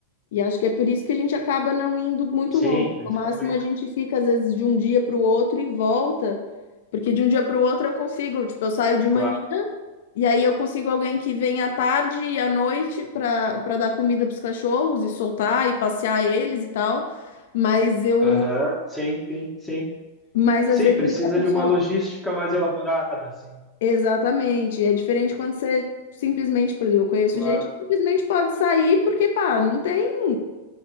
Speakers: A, on the left; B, in the centre.
A: E acho que é por isso que a gente acaba não indo muito
B: Sim,
A: longe.
B: principalmente.
A: No máximo, a gente fica, às vezes, de um dia para o outro e volta, porque de um dia para o outro eu consigo, tipo, eu saio de manhã
B: Claro.
A: e aí eu consigo alguém que vem à tarde e à noite para para dar comida para os cachorros e soltar e passear eles e tal. Mas eu,
B: Aham, Sim, sim, sim.
A: mas
B: Sim,
A: às vezes
B: precisa
A: a pessoa
B: de uma logística mais elaborada, sim.
A: Exatamente. É diferente quando você simplesmente, por exemplo, eu conheço
B: Claro.
A: gente que simplesmente pode sair porque, pá, não tem,